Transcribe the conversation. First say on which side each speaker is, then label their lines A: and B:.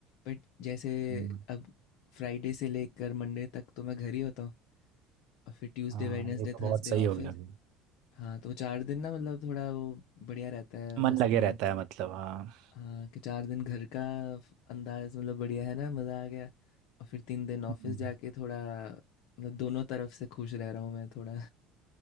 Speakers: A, on the left (about 70°); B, on the right (about 65°).
A: बट जैसे
B: हम्म,
A: अब फ्राइडे से लेकर मंडे तक तो मैं घर ही होता हूँ और फिर ट्यूसडे
B: हाँ
A: वेडनेसडे
B: ये तो
A: थर्सडे
B: बहुत सही
A: ऑफिस
B: हो गया भाई।
A: हाँ तो चार दिन ना मतलब थोड़ा वो बढ़िया रहता है
B: मन
A: मस्ती
B: लगे रहता है मतलब हाँ
A: हाँ कि चार दिन घर का फ- अंदाज मतलब बढ़िया है ना मज़ा आ गया और फिर तीन दिन ऑफिस
B: हम्म।
A: जाके थोड़ा मतलब दोनों तरफ से खुश रह रहा हूँ मैं थोड़ा